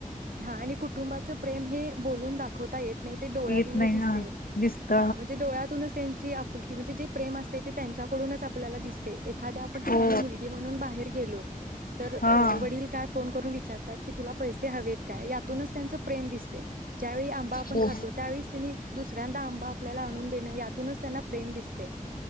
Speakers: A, on the right; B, on the left.
A: हा आणि कुटुंबाचं प्रेम हे बोलून दाखवता येत नाही, ते डोळ्यातूनच
B: येत नाही
A: दिसते.
B: हा दिसत
A: हा म्हणजे डोळ्यातूनच त्यांन ची आप आपुलकी म्हणजे जे प्रेम असतय, ते त्यांच्याकडूनच आपल्याला दिसतय. एखाद्या आपण ठिकाणी
B: हो
A: मुलगी म्हणून बाहेर गेलो. तर
B: हा
A: वडील काय फोन करून विचारतात की, तुला? पैसे हवेत. का यातूनच त्यांच प्रेम दिसतय. ज्यावेळी आंबा आपण
B: हो
A: खातो त्यावेळीस तेनी. दुसऱ्यांदा आंबा आपल्याला आणून देणं यातूनच त्यांना प्रेम दिसतय.